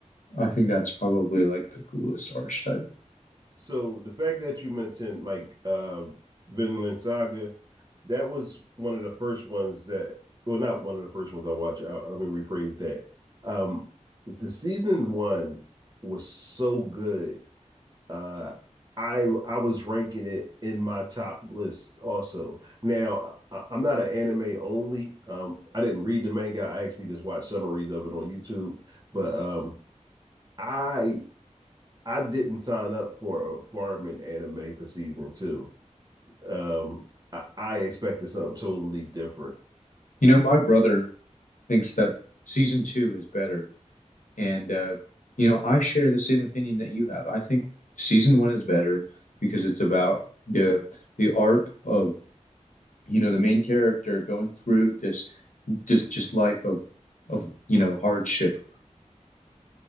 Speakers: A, on the left (about 85°); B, on the right (about 30°).
A: I think that's probably like the coolest archetype.
B: So the fact that you mentioned like uh Vinland Saga, that was one of the first ones that well not one of the first ones I watched. I, let me rephrase that. Um the season one was so good. Uh I I was ranking it in my top list also. Now I, I'm not an anime only. Um I didn't read the manga. I actually just watched summaries of it on YouTube. But um I I didn't sign up for a farming anime for season two. Um, I, I expected something totally different.
A: You know, my brother thinks that season two is better. And, uh, you know, I share the same opinion that you have. I think season one is better because it's about the the arc of you know the main character going through this just just life of of you know hardship.